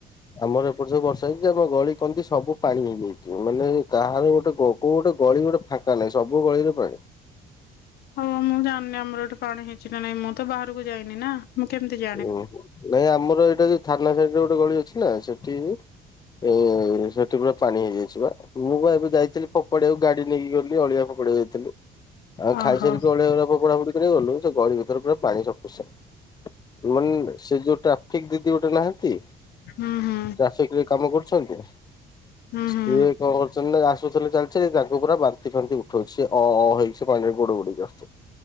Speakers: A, on the left (about 25°); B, on the left (about 70°).
A: ଆମର ଏପଟେ ସବୁ ବର୍ଷା ହେଇଛି ଆମ ଗଳି କନ୍ଦି ସବୁ ପାଣି ହେଇଯାଇଛି। ମାନେ କାହାରଵି ଗୋଟେ ଗ କୋଉ ଗୋଟେ ଗଳି ଗୋଟେ ଫାଙ୍କା ନାହିଁ ସବୁ ଗଳିରେ ପାଣି।
B: ହଁ ମୁଁ ଜାନି ଆମର ଏଠି ପାଣି ହେଇଛି ନା ନାଇଁ ମୁଁ ତ ବାହାରକୁ ଯାଇନି ନା। ମୁଁ କେମତି ଜା
A: ଓହୋ! ନାଇଁ ଆମର ଏଇଟା ଯୋଉ ଥାନା ସାଇଟରେ ଗୋଟେ ଗଳି ଅଛି ନା ସେଠି ଏ ଏ ସେଠି ପୁରା ପାଣି ହେଇଯାଇଛି ବା ମୁଁ ପା ଏବେ ଯାଇଥିଲି ଫୋପାଡିଆକୁ ଗାଡି ନେଇକି ଗଲି ଅଳିଆ ଫୋ ପାଡ଼ିଆକୁ ଯାଇଥିଲି। ଆଉ
B: ଓହୋ
A: ଖାଇସାରିକି ଅଳିଆ ଗୁରା ଫୋପଡ଼ା ଫୁପୁଡି କରିଆକୁ ଗଲୁ ସେ ଗଳି ଭିତରେ ପୁରା ପାଣି ସପିସେଣ୍ଟ। ମାନ ସେ ଯୋଉ ଟ୍ରାଫିକ ଦିଦି ଗୋଟେ ନାହାନ୍ତି।
B: ଉଁ ହୁଁ।
A: ଟ୍ରାଫିକ ରେ କାମ କରୁଚନ୍ତି।
B: ହୁଁ
A: ସିଏ
B: ହୁଁ
A: କଁ କରୁଚନ୍ତି ନା ରା ସ୍ତାରେ ଚାଲି ଚାଲି ତାଙ୍କୁ ପୁରା ବାନ୍ତି ଫାନ୍ତି ଉଠଉଛି। ସେ ଅ ଅ ହେଇକି ସେ ପାଣିରେ ଗୋଡ ବୁଡେଇକି ଆସୁଚନ୍ତି।